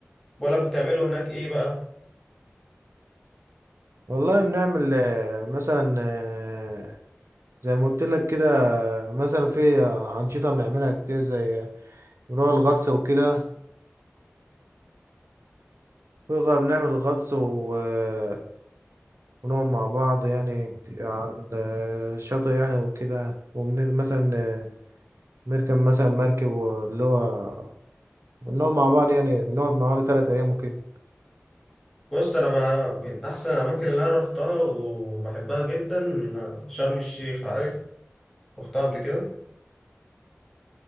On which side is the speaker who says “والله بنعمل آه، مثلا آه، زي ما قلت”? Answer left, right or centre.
Right